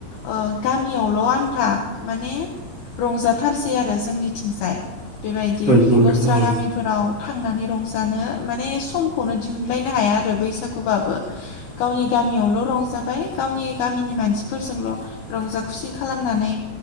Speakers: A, on the left (about 80°); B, on the right (about 35°).
A: ओ गामियावल' आन्था माने रंजाथारसै आरो जोंनिथिंजाय बेबायदि
B: औ नंगौ नोंथां
A: दस्रा
B: ओं
A: गामिफोराव थांनानै रंजानो माने समखौनो दिहुनलायनो हाया आरो रो बैसागुबाबो गावनि गामियावल' रंजाबाय गावनि गामिनि मानसिफोरजोंल'। रंजा खुसि खालामनानै